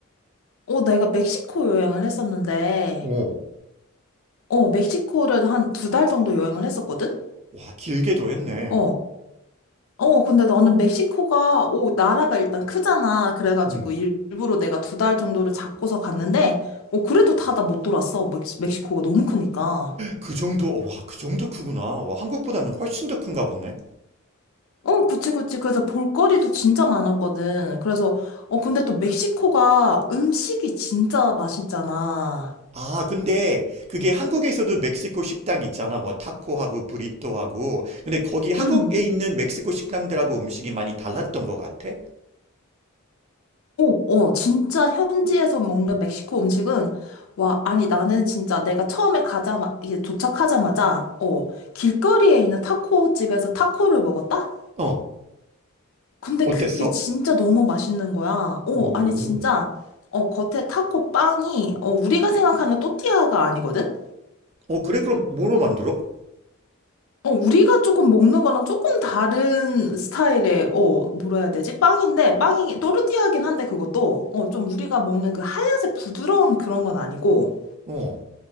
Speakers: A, on the left; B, on the right.
A: 어, 내가 멕시코 여행을 했었는데,
B: 어.
A: 어, 멕시코를 한 두 달 정도 여행을 했었거든?
B: 와, 길게도 했네.
A: 어, 어, 근데 나는 멕시코가, 오, 나라가 일단 크잖아. 그래가지고
B: 음.
A: 일부러 내가 두 달 정도를 잡고서 갔는데, 어, 그래도 다 다 못 돌았어. 멕시, 멕시코가 너무 크니까.
B: 그 정도, 어, 와, 그 정도 크구나. 와, 한국보다는 훨씬 더 큰가 보네.
A: 어, 그치, 그치. 그래서 볼거리도 진짜 많았거든. 그래서, 어, 근데 또 멕시코가 음식이 진짜 맛있잖아.
B: 아, 근데 그게 한국에서도 멕시코 식당 있잖아. 뭐 타코하고 브리또하고. 근데 거기 한국에
A: 음.
B: 있는 멕시코 식당들하고 음식이 많이 달랐던 것 같아?
A: 오, 어, 진짜 현지에서 먹는 멕시코 음식은, 와, 아니, 나는 진짜 내가 처음에 가자마, 이게 도착하자마자, 어, 길거리에 있는 타코 집에서 타코를 먹었다?
B: 어,
A: 근데
B: 어땠어?
A: 그게 진짜 너무 맛있는 거야. 어,
B: 오,
A: 아니 진짜 어, 겉에 타코 빵이 어, 우리가 생각하는 또띠아가 아니거든?
B: 어, 그래? 그럼 뭐로 만들어?
A: 어, 우리가 조금 먹는 거랑 조금 다른 스타일의 어, 뭐라 해야 되지? 빵인데 빵이 또르띠아긴 한데 그것도 어, 좀 우리가 먹는 그 하얀색 부드러운 그런 건 아니고
B: 어.